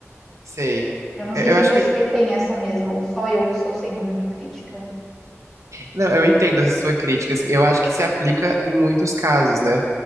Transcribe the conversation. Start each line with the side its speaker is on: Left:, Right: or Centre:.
Right: sei.
Centre: Eu não
Right: Eu,
Centre: sei
Right: eu
Centre: se
Right: acho
Centre: você
Right: que
Centre: tem essa mesma, ou só eu que estou sendo muito crítica.
Right: Não, eu entendo essa sua crítica, assim. Eu acho que se aplica em muitos casos, né?